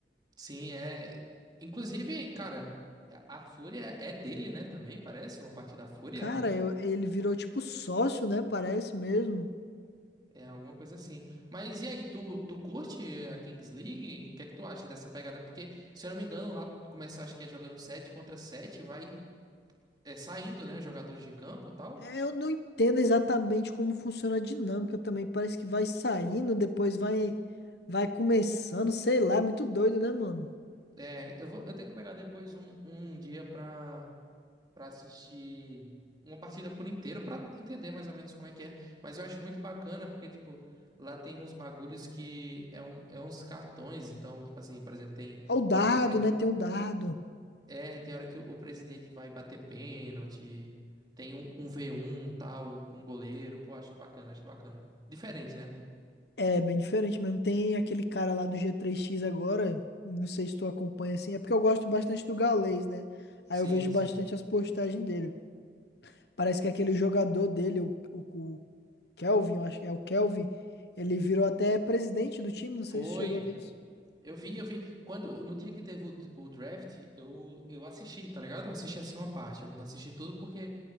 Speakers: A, on the right (about 25°); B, on the left (about 65°).
A: Sim, é. Inclusive, cara, a a Fúria é dele, né? Também parece uma parte da Fúria.
B: Cara, eu- ele virou tipo sócio, né? Parece mesmo.
A: É alguma coisa assim. Mas e aí, tu, tu curte a Kings League? O que é que tu acha dessa pegada? Porque, se eu não me engano, lá começa, acho que é jogando 7 contra 7 vai é, saindo, né? Os jogadores de campo e tal.
B: É, Eu não entendo exatamente como funciona a dinâmica também. Parece que vai saindo, depois vai vai começando, sei lá, é muito doido, né, mano?
A: É, eu vou, eu tenho que pegar depois um, um dia pra, pra assistir uma partida por inteiro pra entender mais ou menos como é que é. Mas eu acho muito bacana porque, tipo, lá tem uns bagulhos que é, um, é uns cartões. Então, tipo assim, por exemplo, tem
B: Ó, O dado,
A: hora que o pre...
B: né? Tem o dado.
A: é, tem hora que o presidente vai bater pênalti. Tem um, um v um tal com o goleiro. Pô, acho bacana, acho bacana. Diferente, né?
B: É bem diferente mesmo. Tem aquele cara lá do g três x agora, não sei se tu acompanha assim, é porque eu gosto bastante do Gaules, né? Aí
A: Sim,
B: eu vejo
A: sim.
B: bastante as postagens dele. Parece que aquele jogador dele, o, o, o Kelvin, eu acho que é o Kelvin, ele virou até presidente do time, não
A: Foi.
B: sei se chegou a ver isso.
A: Eu vi, eu vi. Quando, no dia que teve o, o draft, eu, eu assisti, tá ligado? Eu assisti assim uma parte. Eu não assisti tudo porque